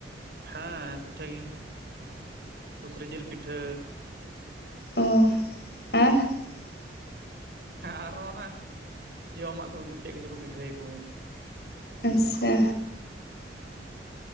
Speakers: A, on the right; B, on the left.
A: ᱦᱮᱸ ᱯᱤᱴᱷᱟᱹ ᱜᱮ ᱥᱩᱠᱨᱤ ᱡᱤᱞ ᱯᱤᱴᱷᱟᱹ᱾
B: ᱚ <unintelligible>
A: ᱟᱨᱦᱚᱸ ᱚᱱᱟ ᱡᱚᱢᱟᱜ ᱠᱚ ᱪᱮᱫ ᱠᱚᱪᱚ ᱠᱚ ᱯᱤᱴᱷᱟᱹᱭᱟ ᱠᱩ᱾
B: ᱟᱪᱪᱷᱟ᱾
A: ᱦᱩᱸ᱾